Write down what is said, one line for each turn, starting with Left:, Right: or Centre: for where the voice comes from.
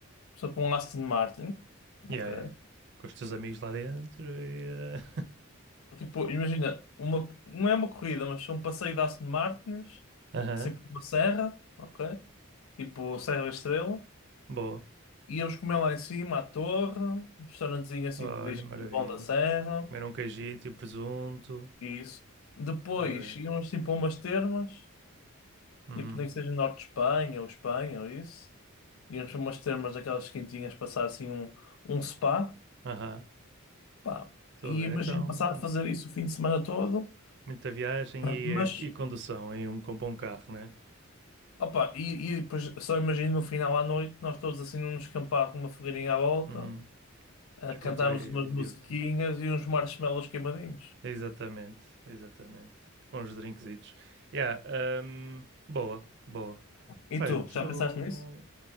Left: Por exemplo, um Aston Martin. Ok.
Right: Yeah, yeah, yeah. Com os teus amigos lá dentro e. eh,
Left: Um, tipo, imagina, uma, não é uma corrida, mas um passeio de Aston Martins,
Right: <laughs> Aham.
Left: sempre por uma serra, ok? Tipo Serra da Estrela.
Right: Boa.
Left: Íamos comer lá em cima, à torre, um restaurantezinho assim
Right: Olha,
Left: com o gajinho
Right: maravilha.
Left: bom da serra,
Right: Comer um cajito e um presunto.
Left: e isso. Depois
Right: Estou a ver.
Left: íamos assim para umas termas,
Right: Uhum.
Left: tipo nem que seja norte de Espanha ou Espanha ou isso. Íamos para umas termas daquelas quentinhas, passar assim um, um spa,
Right: Aham.
Left: pá.
Right: Estou
Left: E
Right: a ver.
Left: imagino
Right: Então,
Left: passar a fazer isso o fim de semana todo,
Right: muita viagem e,
Left: mas,
Right: eh, e condução em um, com um bom carro, né?
Left: opa, e, e depois só imagino no final à noite, nós todos assim num descampado com uma fogueirinha à volta,
Right: Uhum.
Left: a
Right: Descontrair
Left: cantarmos umas
Right: e
Left: musiquinhas
Right: divertir.
Left: e uns marshmallows queimadinhos.
Right: Exatamente, exatamente. Com os drinkzitos. Yeah, hum, boa, boa.
Left: E
Right: Pá,
Left: tu,
Right: eu estou.
Left: já pensaste nisso?